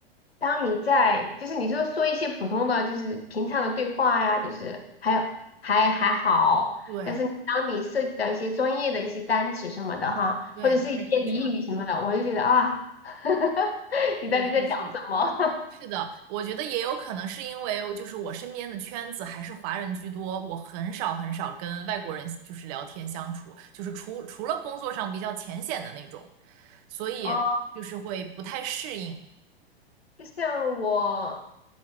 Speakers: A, on the left; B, on the right.
A: 当你在就是你说说一些普通的，就是平常的对话呀，就是还有还还好，
B: 对
A: 但是当你涉及到一些专业的一些单词什么的哈，
B: 对，
A: 或者是一些俚语什么的，
B: 还是差，
A: 我就觉得啊，<laughs> 你到底在讲什么？
B: 是还是是的，我觉得也有可能是因为就是我身边的圈子还是华人居多，我很少很少跟外国人就是聊天相处，就是除除了工作上比较浅显的那种，所以就是会不太适应。
A: <laughs> 哦，就像我。